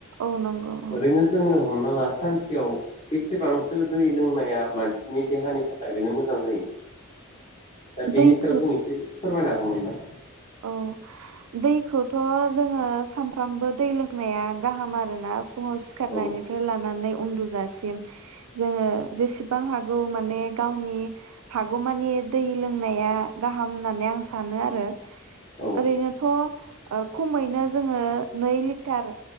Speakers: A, on the right; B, on the left.
A: औ नंगौ औ
B: ओरैनो जोङो। हमना ला सानसेयाव बेसेबांसो दै लोंनाया मानसिनि देहानि थाखाय ओरैनो मोजां जायो। दा बेनि
A: दैखौ
B: सायाव जों एसे। फोरमायनो हागौमोन ना।
A: औ दैखौथ' जोङो सानफ्रामबो दै लोंनाया गाहाम आरोना। फुङाव सिखारनायनिफ्राय
B: औ
A: लानानै। उन्दुजासिम जोङो जेसेबां हागौ माने गावनि हागौमानि दै लोंनाया गाहाम होननानै आं सानो आरो। ओरैनोथ'।
B: औ
A: ओ खमैनो जोङो नै लिटार